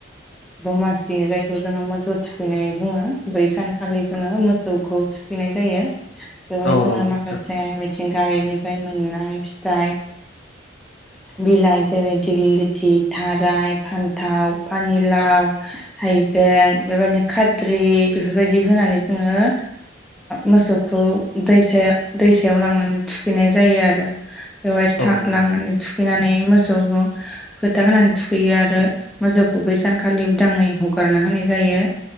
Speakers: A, in the centre; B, on the left.
A: दमासि जायखौ जोंङो मोसौ थुखैनाय बुंङो बै सानखालि जोंङो मोसौखौ थुखैनाय जायो बेवहाय
B: औ
A: जोंङो
B: नंगौ
A: माखासे
B: नोंथां
A: मिथिंगनिफ्राय मोननाय फिथाइ बिलाइ जेरै गिलिथि थाराय फान्थाव पानिलाव हायजें बेबायदिनो खाद्रि बेफोरबायदि होनानै जोंङो मोसौखौ दैसायाव दैसायाव लांनानै थुखैनाय जायो आरो बेवहाय
B: औ
A: थ
B: नंगौ
A: लांनानै थुखैनानै मोसौखौ खोथा होनानै थुखैयो आरो मोसौखौ बै सानखालि उदांङै हगारना होनाय जायो।